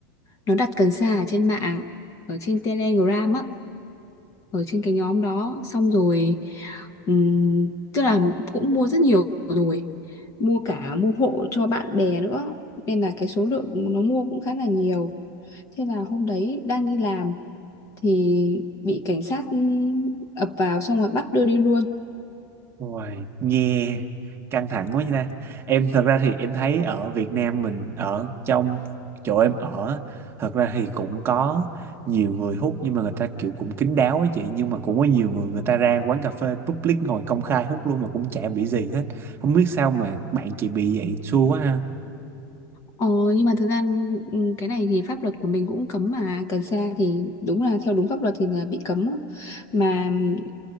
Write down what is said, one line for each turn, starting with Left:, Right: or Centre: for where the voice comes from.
Left: nó đặt cần sa ở trên mạng ở trên Telegram á ở trên cái nhóm đó xong rồi ừm, tức là cũng mua rất nhiều rồi mua cả mua hộ cho bạn bè nữa nên là cái số lượng nó mua cũng khá là nhiều thế là hôm đấy đang đi làm thì bị cảnh sát ừm, ập vào xong rồi bắt đưa đi luôn
Right: Ôi, nghe căng thẳng quá vậy ta. Em thật ra thì em thấy ở Việt Nam mình ở trong chỗ em ở thật ra thì cũng có nhiều người hút nhưng mà người ta kiểu cũng kín đáo ấy chị nhưng mà cũng có nhiều người người ta ra quán cà phê public ngồi công khai hút luôn mà cũng chả bị gì hết. Không biết sao mà bạn chị bị vậy xui quá ha.
Left: Ờ, nhưng mà thực ra ừ, cái này thì pháp luật của mình cũng cấm mà cần sa thì đúng là theo đúng pháp luật thì là bị cấm á. Mà ừ,